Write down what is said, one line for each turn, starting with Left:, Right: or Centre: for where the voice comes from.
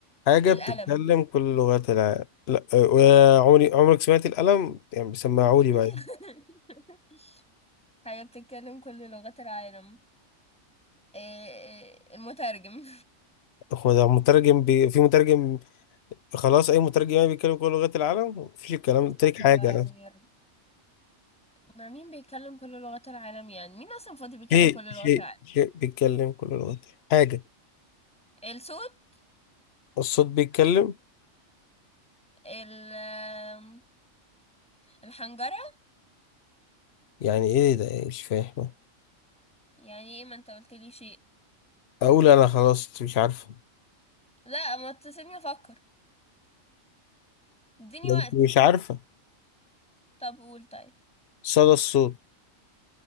Left: حاجة
Centre: القلم
Left: بتتكلم كل لغات العالم لا آه، عمري عمرك سمعت القلم يعني بيسمعوا
Centre: <laughs>
Left: لي بقى
Centre: حاجة بتتكلم كل لغات العالم إيه إيه المترجم
Left: هو ده مترجم بي... في مترجم خلاص أي مترجم يعني بيتكلم كل لغات العالم مفيش الكلام
Centre: <laughs> استغفر
Left: تريك حاجة
Centre: الله العظيم يا رب ما مين بيتكلم كل لغات العالم يعني مين اصلا فاضي بيتكلم
Left: شيء
Centre: كل
Left: شيء
Centre: لغات العالم
Left: شيء بيتكلم كل لغات حاجة
Centre: الصوت
Left: الصوت بيتكلم
Centre: ال- آم، الحنجرة
Left: يعني إيه ده إيه مش فاهم
Centre: يعني ايه ما انت قلت لي شيء
Left: أقول أنا خلاص أنت مش عارفة
Centre: لا ما تسيبني افكر اديني
Left: ده
Centre: وقتي
Left: أنت مش عارفة
Centre: طب قول طيب
Left: صدى الصوت